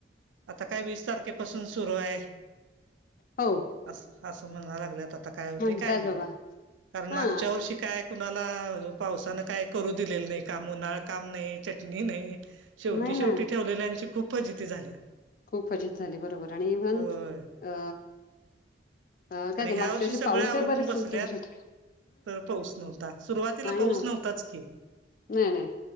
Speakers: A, on the right; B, on the left.
A: आता काय वीस तारखेपासून सुरू आहे.
B: हो
A: अस असं म्हणा लागलेत आता काय होते
B: म्हणतात
A: काय माहित
B: बाबा
A: कारण
B: हा
A: मागच्या वर्षी काय कुणाला पावसानं काय करू दिलेलं नाही काम, उन्हाळ काम नाही, चटणी नाही. शेवटी
B: नाही ना
A: शेवटी ठेवलेल्यांची खूप फजिती झाल्या.
B: खूप फजिती झाली बरोबर आणि इव्हन
A: होय
B: अ अ काय
A: आणि
B: ते
A: ह्या
B: मागच्या वर्षी
A: सगळ्या
B: पाऊस
A: आवरून
B: हे बरेच
A: बसल्यात
B: दिवस खूप दिवस
A: तर पाऊस नव्हता, सुरुवातीला पाऊस
B: ना
A: नव्हताच की
B: नाही नाही